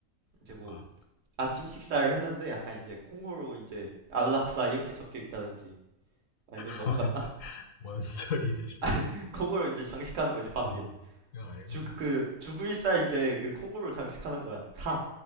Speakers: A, on the right; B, on the left.
A: 이제
B: 뭔가
A: 뭐 아침 식사를 했는데 약간 이제 콩으로 이제 안락사 이렇게 적혀 있다든지 아 이건 너무
B: <laughs>
A: 갔나?
B: 원 소리야.
A: <laughs> 콩으로 이제 장식하는 거지 밥
B: 어.
A: 위에
B: 그거 말고
A: 죽그구을살 이제 그 콩으로 장식하는 거야 사